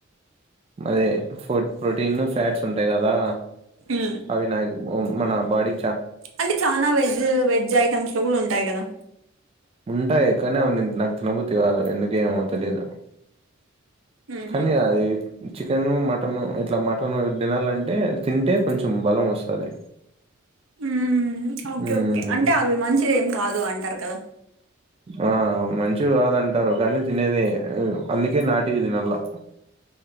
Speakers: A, on the right; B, on the right.
A: అది ప్రో ప్రోటీన్ ఫ్యాట్స్ ఉంటాయి కదా
B: ఆ
A: అవినయక్ మన బాడి
B: అంటే చనా వెజ్ వెజ్ ఐటమ్స్ లో కూడా ఉంటాయి కదా
A: ఉంటాయి కానీ అవి నేను నాకు తినబుద్ధి కాదు ఎందుకేమో తెలియదు
B: మ్మ్
A: కని అది చికెను మటను ఇట్లా మటన్ తినాలంటే తింటే కొంచెం బలం వస్తది
B: మ్మ్ ఓకే
A: హ్మ్.
B: ఓకే అంటే అవి మంచిది ఏం కాదు అంటారు కదా
A: ఆ మంచివి కాదంటారు కానీ తినేదే అందుకే నాటివి తినాలా